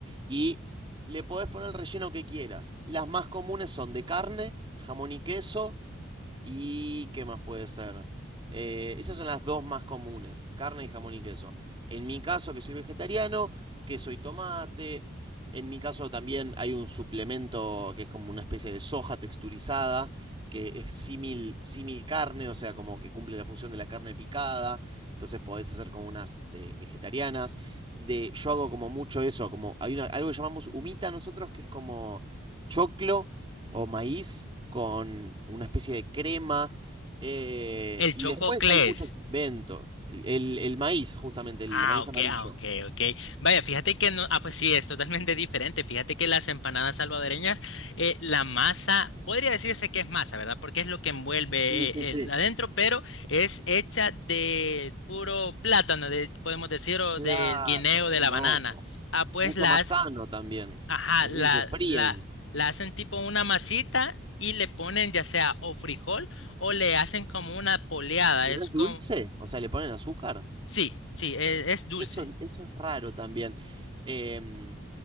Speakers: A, on the right; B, on the left.
A: y le podés poner el relleno que quieras. Las más comunes son de carne, jamón y queso, ¿Y qué más puede ser? Eh, esas son las dos más comunes, carne y jamón y queso. En mi caso, que soy vegetariano, queso y tomate. En mi caso también hay un suplemento que es como una especie de soja texturizada, que es símil, símil carne, o sea, como que cumple la función de la carne picada. Entonces podés hacer como unas de vegetarianas. De, yo hago como mucho eso, como hay una- algo que llamamos humita nosotros, que es como choclo o maíz con una especie de crema. eh,
B: El
A: y
B: chococlés.
A: después hay muchos inventos. El, el- el maíz, justamente, el
B: Ah,
A: maíz
B: ok,
A: amarillo.
B: ah, ok, ok. Vaya, fíjate que no, ah, pues sí, es totalmente <laughs> diferente. Fíjate que las empanadas salvadoreñas, eh, la masa, podría decirse que es masa, ¿verdad? Porque es lo que envuelve
A: Sí,
B: eh,
A: sí, sí.
B: el adentro, pero es hecha de puro plátano, de, podemos decir, o
A: Claro,
B: del guineo, de
A: qué
B: la
A: loco.
B: banana. Ah, pues
A: Mucho
B: las
A: más sano también.
B: Ajá,
A: No
B: la,
A: sé si se fríen.
B: la, la hacen tipo una masita y le ponen ya sea o frijol o le hacen como una poleada.
A: ¿Pero
B: Es
A: es
B: como...
A: dulce? O sea, ¿le ponen azúcar?
B: Sí, sí, e- es, dulce.
A: Eso, eso es raro también. Em,